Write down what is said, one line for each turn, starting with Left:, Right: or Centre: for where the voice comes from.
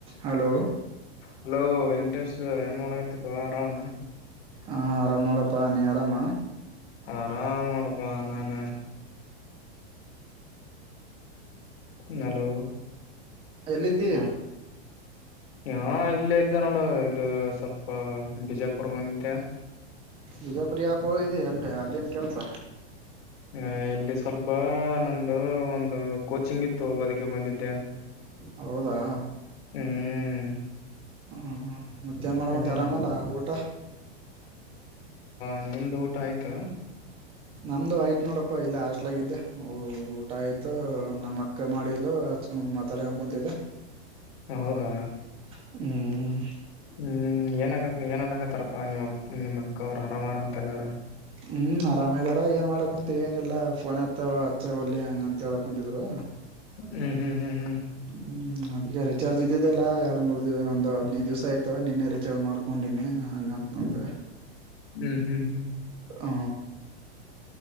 Right: Hello
Left: hello ಏನ್ ಮಳಗತಿಪ ಆರಾಮ
Right: ಹಾ ಆರಾಮ್ ನೋಡಪ್ಪಾ ನೀ ಆರಾಮ
Left: ಆರಾಮ್ ನೋಡಪ ನಾನ ್ಮ ಹಲೋ
Right: ಎಲ್ಲಿಿದ್ದ
Left: ಹ ಇಲ್ಲೇ ಇದ್ದ ನೋಡು ಇದು ಸ್ವಲ್ಪ ಬಿಜಾಪುರವಂತೆ
Right: ನಿಜಪ್ರಿಯ ಹಾಕ ಹೋಗಿ ಅಲ್ಲಿ ಅಲ್ಲಿೇನ್ ಕೆಲ್ಸ
Left: ಹ ಇಲ್ಲಿ ಸ್ವಲ್ಪ ನಮಂದು ಒಂದು ಕೋಚಿಂಗ್ ಇತ್ತು ಅದಕ್ಕೆ ಬಂದಿದ್ದ್ಯಾ
Right: ಹೌದಾ
Left: ಹ್ಮ್
Right: ಹ್ಮ ಮತ್ತೇಏನ್ ಮಾಡಕಂತ
Left: ಹ್ಮ್
Right: ಆರಾಮಲ್ಲ ಊಟ
Left: ಹನ್ನಂದು ಊಟ ಆಯ್ತಾ
Right: ನಮ್ದು ಆಯ್ತ ನೋಡಪ್ಪ ಇಲ್ಲ ಆಸ್ಲಾಗಿದ್ದೆ ಊಟ ಆಯ್ತು ನಮ್ಮಕ್ ಅಕ್ಕ ಮಾಡಿದ್ಲು ಅ ಮಾತಾಡ ಅನ್ಕೊತಿದ್ದ
Left: ಹೌದಾ
Right: ಹ್ಮ್
Left: ಹ್ಮ್ ಏನಗತ್ ಏನ್ನ್ಗತ್ತಾರಪ್ಪಾ ನಿಮ್ಮ ನಿಮ್ಮಕ್ಕ ಅವರು ಆರಾಮರ ಅಂತೆಲ್ಲಾರ
Right: ಹ್ಞೂ ಆರಾಮ ಇದಾರ ಏನು ಮಾಡಕೊಂತ ಏನಿಲ್ಲ ಫೋನ್ ಹತ್ತ ಅಚ್ಚ ಹೊಲ್ಲಿ ಹಂಗ ಅಂತ ಹೇಳಕ್ ಕುಂತಿದ್ರು
Left: ಹ್ಮ್ ಹ್ಮ್ ಹ್ಮ್ ಹ್ಮ್
Right: ಹ್ಮ್ ಅದಕ್ಕೆ ರಿಚಾರ್ಜ್ ಇದ್ದಿದ್ದಲ್ಲ ಎರಡ್ ಮೂರ್ ದಿವ ಒಂದು ಹದ್ನೈದು ದಿವ್ಸ ಆಯ್ತು ನಿನ್ನೆ ರಿಚಾರ್ಜ್ ಮಾಡ್ಕೊಂಡು ಅಲ್ಲಿನ ಹಂಗಂತಂದ
Left: ಹ್ಮ್ ಹ್ಮ್ ಹ್ಮ್
Right: ಹ